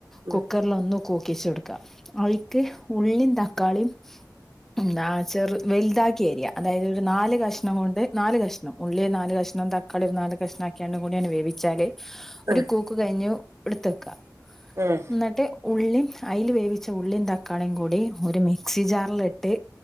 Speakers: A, on the right (about 40°); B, in the centre.
A: ഉം
B: കുക്കറിൽ ഒന്ന് കൂക്കിച്ചൊടുക്ക അയിക്ക് ഉള്ളിയും തക്കാളിയും എന്താ ചെറു വലുതാക്കി അരിയ അതായത് ഒരു നാല്കഷ്ണം കൊണ്ട് നാല് കഷ്ണം ഉള്ളി നാല്കഷ്ണം തക്കളി ഒരു നാല് കഷ്ണം ആക്കിയാണ്ടുകൂടി അങ്ങട് വേവിക്ക എന്താന്നച്ചാല് ഒരു
A: ആഹ്
B: കൂക്ക് കയിഞ്ഞു ഇട്‌ത്തക്ക
A: ആഹ്
B: എന്നിട്ട് ഉള്ളിയും അയില് വേവവിച്ച ഉളളിം തക്കാ തക്കാളിം കൂടി ഒരു മിക്സി ജാറിലിട്ട്